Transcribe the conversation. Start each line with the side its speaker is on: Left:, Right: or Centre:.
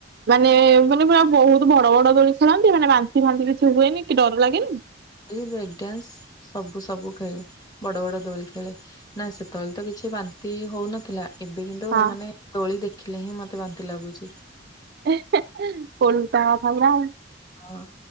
Right: ମାନେ ମାନେ ପୁରା ବହୁତ ବଡ ବଡ ଦୋଳି ଖେଳନ୍ତି ମାନେ ବାନ୍ତି ଫାନ୍ତି କିଛି ହୁଏନି କି ଡର ଲାଗେନି?
Left: କି ବ୍ରେକ୍ ଡାନ୍ସ ସବୁ ସବୁ ଖେଳେ ବଡ ବଡ ଦୋଳି ଖେଳେ। ନା ସେତେବେଳେ ତ କିଛି ବାନ୍ତି ହଉନଥିଲା। ଏବେ କିନ୍ତୁ
Right: ହଁ।
Left: ମାନେ ଦୋଳି ଦେଖିଲେ ହିଁ ମତେ ବାନ୍ତି ଲାଗୁଛି।
Right: <unintelligible>
Left: ହଁ